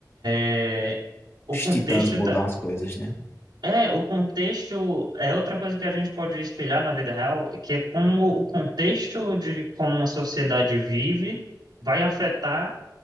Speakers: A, on the right; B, on the left.
A: é, o
B: Os
A: contexto
B: titãs mudam as coisas, né?
A: é, o contexto é outra coisa que a gente pode espelhar na vida real, que é como o contexto de como uma sociedade vive vai afetar